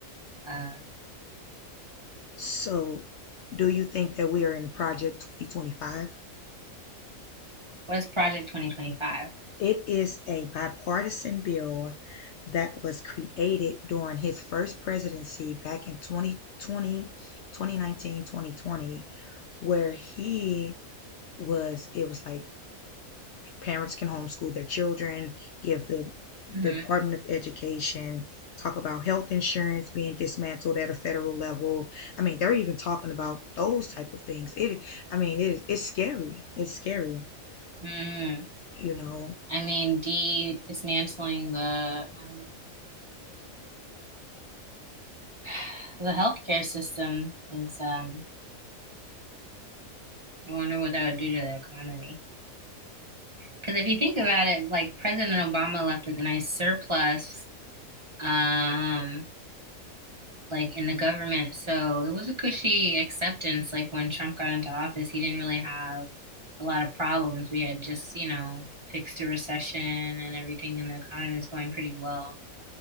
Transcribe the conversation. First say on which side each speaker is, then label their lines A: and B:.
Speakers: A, on the right; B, on the left.
A: Um,
B: So, do you think that we are in Project 2025?
A: what is Project 2025?
B: It is a bipartisan bill that was created during his first presidency back in 2020, 2019, 2020, where he was, it was like parents can homeschool their children, give the
A: hmm
B: Department of Education, talk about health insurance being dismantled at a federal level. I mean, they're even talking about those type of things. It, I mean, it, it's scary. It's scary,
A: Mm.
B: you know.
A: I mean, de dismantling the um, <sighs> the healthcare system is. Um, I wonder what that would do to the economy. Because if you think about it, like President Obama left a nice surplus. Um, like in the government. So it was a cushy acceptance. Like when Trump got into office, he didn't really have a lot of problems. We had just, you know, fixed a recession and everything, and the economy was going pretty well.